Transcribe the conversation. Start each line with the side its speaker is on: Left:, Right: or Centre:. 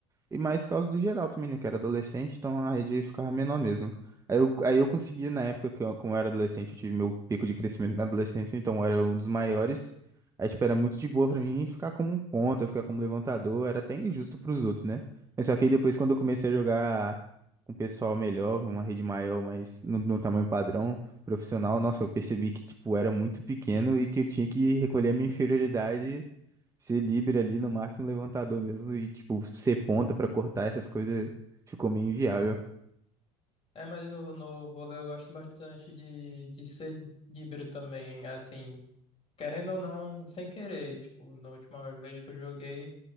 Right: E mais por causa do geral também, né? Que era adolescente, então a rede ficava menor mesmo. Aí eu, aí eu consegui, na época que eu, como eu era adolescente, eu tive meu pico de crescimento na adolescência, então eu era um dos maiores. Aí, tipo, era muito de boa pra mim ficar como um ponta, ficar como levantador, era até injusto pros outros, né? Mas
Left: <laughs>
Right: só que aí depois, quando eu comecei a jogar com um pessoal melhor, com uma rede maior, mas no, no tamanho padrão, profissional, nossa, eu percebi que, tipo, era muito pequeno e que eu tinha que recolher a minha inferioridade Ser livre ali no máximo levantador mesmo e, tipo, ser ponta pra cortar essas coisas ficou meio inviável.
Left: É, mas no, no vôlei eu gosto bastante de, de ser líbero também, assim, querendo ou não, sem querer, tipo, na última vez que eu joguei,